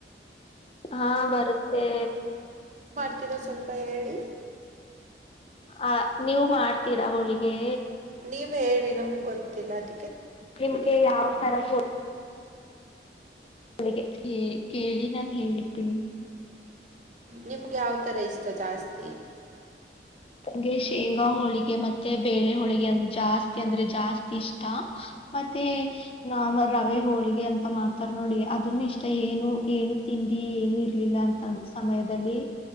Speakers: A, on the left; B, on the right.
A: ಹಾ ಬರುತ್ತೆ.
B: ಹತ್ತಿರ ಸ್ವಲ್ಪ ಹೇಳಿ.
A: ಆ ನೀವ್ ಮಾಡ್ತೀರಾ ಹೋಳಿಗೆ.
B: ನೀವ್ ನೀವೇ ಹೇಳಿ ನಮ್ಗ್ ಗೊತ್ತಿಲ್ಲ ಅದ್
A: ನಿಮ್ಗೆ ಯಾವ್ ತರ ಫೋ ಳಿಗೆ ಏ ಕೇಳಿ ನಾನ್ ಹೇಳ್ತಿನಿ.
B: ನಿಮ್ಗ್ ಯಾವ್ ತರ ಇಷ್ಟ ಜಾಸ್ತಿ.
A: ನಂಗೆ ಶೇಂಗಾ ಹೋಳಿಗೆ ಮತ್ತೆ ಬೇಳೆ ಹೋಳಿಗೆ ಅಂ ಜಾಸ್ತಿ ಅಂದ್ರೆ ಜಾಸ್ತಿ ಇಷ್ಟ ಮತ್ತೆ ನಾರ್ಮಲ್ ರವೆ ಹೋಳಿಗೆ ಅಂತ ಮಾಡ್ತಾರ್ ನೋಡಿ ಅದನ್ನು ಇಷ್ ತ ಏನು ಏನು ತಿಂಡಿ ಏನು ಇರ್ಲಿಲ್ಲ ಅಂತಂದ್ ಸಮಯದಲ್ಲಿ